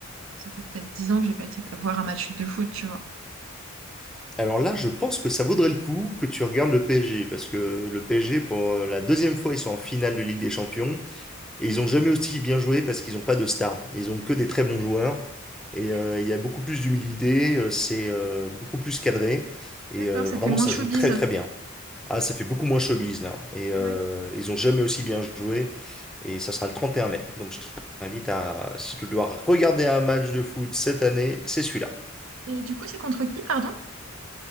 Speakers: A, on the right (about 65°); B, in the centre.
A: enfin, ça fait peut-être 10 ans que j'ai pas été voir un match de foot, tu vois.
B: Alors là, je pense que ça vaudrait le coup que tu regardes le PSG, parce que le PSG, pour euh, la deuxième fois, ils sont en finale de Ligue des Champions, et ils ont jamais aussi bien joué parce qu'ils n'ont pas de stars. Ils ont que des très bons joueurs, et
A: Ouais.
B: euh, il y a beaucoup plus d'humilité, euh, c'est euh, beaucoup plus cadré, et
A: D'accord,
B: euh,
A: ça
B: vraiment,
A: fait moins
B: ça
A: showbiz.
B: joue très très bien. Ah, ça fait beaucoup moins showbiz là, et euh,
A: Ouais.
B: ils ont jamais aussi bien joué, et ça sera le 31 mai. Donc je t'invite à, si tu dois regarder un match de foot cette année, c'est celui-là.
A: Et du coup, c'est contre qui, pardon?